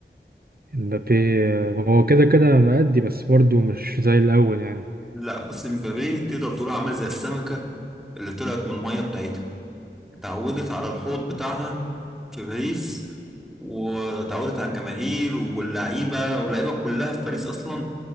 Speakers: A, on the right; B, in the centre.
A: مبابي آه، هو كده كده مأدي بس برضه مش زي الأول يعني
B: لا بص مبابي تقدر تقول عامل زي السمكة اللي طلعت من المية بتاعتها اتعودت على الحوض بتاعها في باريس واتعودت على الجماهير واللعيبة واللعيبة كلها في باريس أصلا